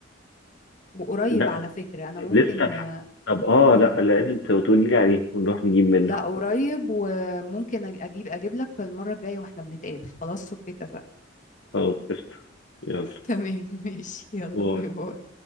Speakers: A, on the left (about 40°); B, on the left (about 65°).
A: وقريب
B: لا
A: على فكرة انا
B: لسه
A: ممكن
B: الحق طب اه
A: اقول
B: لا لازم تقولي لي عليه ونروح نجيب منه
A: لا قريب وممكن أج- اجيب اجيب لك المرة الجاية واحنا بنتقابل خلاص اوكي اتفقنا
B: خلاص قشطة يلا
A: <laughs> تمام ماشي يلا
B: باي.
A: باي باي